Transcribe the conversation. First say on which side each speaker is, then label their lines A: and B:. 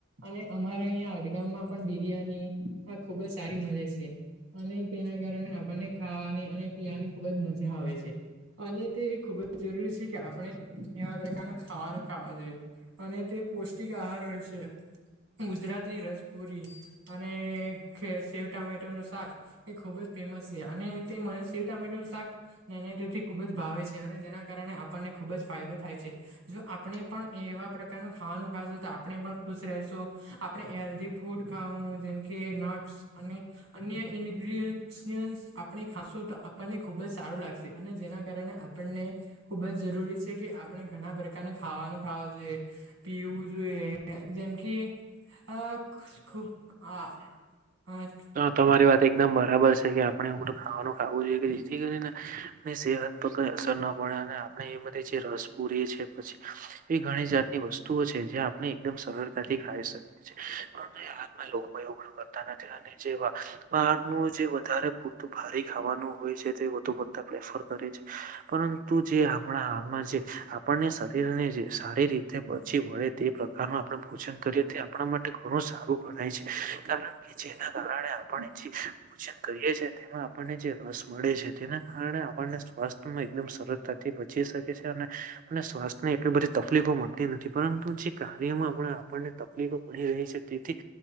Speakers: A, on the right; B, on the right.
A: અને અમારે અહીં હડગામ માં પણ બિરિયાની ખુબ જ સારી મળે છે. અને તેના કારણે આપણને ખાવાની અને પીવાની ખુબ જ મજા આવે છે. અને તે ખુબ જ જરૂરી છે. કે આપણે એવા પ્રકારનું ખાવાનું ખાવા જોઈએ અને તે પૌષ્ટિક આહાર હોય છે. ગુજરાતની રસપુરી અને સેવ ટામેટોનું શાક એ ખુબ જ ફેમસ છે અને તે મને સેવ ટામેટો નું શાક તેથી ખુબ જ ભાવે છે અને જેના કારણે આપ આપને ખુબ જ ફાયદો થાય છે જો આપણે પણ એવા પ્રકારનું ખાવાનું ખાશું તો આપણે પણ ખુશ રહેશું આપણે હેલ્ધી ફૂડ ખાવું જેમકે નટસ અને અન્ય ઈનગ્રીડિયન્સ આપણે ખાશું તો આપણને ખુબ જ સારું લાગશે અને જેના કારણે આપણને ખુબ જ જરૂરી છે કે આપણે ઘણા પ્રકારના ખાવાનું ખાવો જોઈએ. પીવું જોઈએ જેમ કે આ ખૂબ હા. હા.
B: તમારી વાત એકદમ બરાબર છે કે આપણે એવું તો ખાવાનું ખાવું જોઈએ કે જેથી કરી ને હે ની સેહત પર કઈ અસર ના પડે અને આપણે એ બધ જે રસ પૂરી છે પછી એ ઘણી જાતની વસ્તુઓ છે જે આપણે એકદમ સરળતાથી ખાઈ શકીએ છીએ કોઈ ઉગડું કરતા નથી બાર જે વધારે પૂરતું ભારે ખાવાનું હોય છે તે વધુતા પ્રેફર કરે છે પરંતુ જે હમણાં હાલમાં જે આપણને શરીરને જે સારી રીતે બચી વળે તે પ્રકારનું આપણે ભોજન કરીએ આપણા માટે ઘણું સારું ગણાય છે કારણ કે જે કારણે આપણે જે પૂજન કરીએ છેએ તેમાં આપણને જે રસ મળે છે તેના કારણે આપણને સ્વાસ્થ્યમાં એકદમ સરળતાથી જી શકે છે અને સ્વાસ્થ્ય ને એટલી બધી તકલીફો મળતી નથી પરંતુ જે કાર્યમાં પણ આપણને તકલીફો પડી રહી છે તેથી